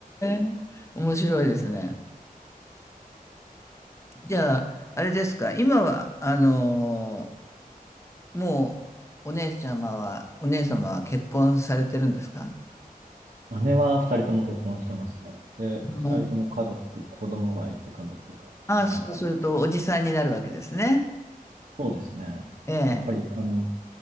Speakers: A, on the left (about 20°); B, on the right (about 65°).
A: え、面白いですね。じゃあ、あれですか、今は、あのーもう、お姉様は、お姉様は結婚されてるんですか
B: 姉は二人とも結婚してますね。で、
A: あの、
B: 二人とも家族、子供がいて家族が。
A: ああ、
B: はい。
A: そうすると、おじさんになるわけですね。
B: そうですね。
A: ええ、
B: やっぱり、あの、